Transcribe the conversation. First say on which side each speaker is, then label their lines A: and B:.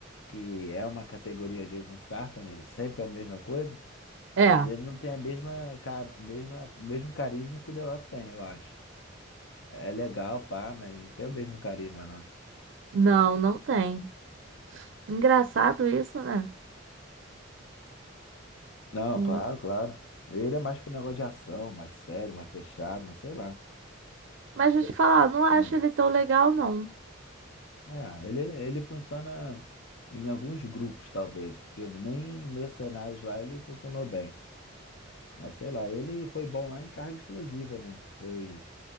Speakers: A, on the left; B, on the right.
A: que é uma categoria Jason Statham, né? ele sempre é a mesma coisa,
B: É.
A: Mas ele não tem a mesma, ca- mesma, mesmo carisma que o The Rock tem, eu acho. É legal, pá, mas não tem o mesmo carisma, não.
B: Não, não tem. Engraçado isso, né?
A: Não,
B: Hum.
A: claro, claro. Ele é mais pro negócio de ação, mais sério, mais fechado, mas sei lá.
B: Mas deixa
A: Eu-
B: eu te falar, eu não acho
A: hum.
B: ele tão legal, não.
A: É, ele, ele funciona em alguns grupos, talvez, porque nem Mercenários lá ele funcionou bem. Mas sei lá, ele foi bom lá em carga explosiva, né? Foi,